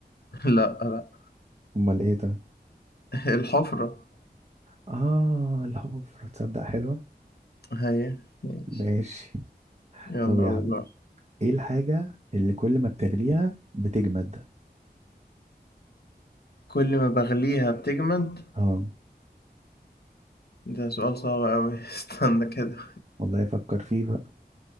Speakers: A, on the left (about 65°); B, on the right (about 40°).
A: <laughs> لا لا
B: امال ايه طيب
A: الحفرة
B: اه الحفرة تصدق حلوة
A: هي ماشي
B: ماشي
A: يلا
B: طب يا
A: والله
B: عم ايه الحاجة اللي كل ما بتغليها بتجمد
A: كل ما بغليها بتجمد
B: اه
A: ده سؤال صعب أوي <laughs> استنى كده
B: والله افكر فيه بقى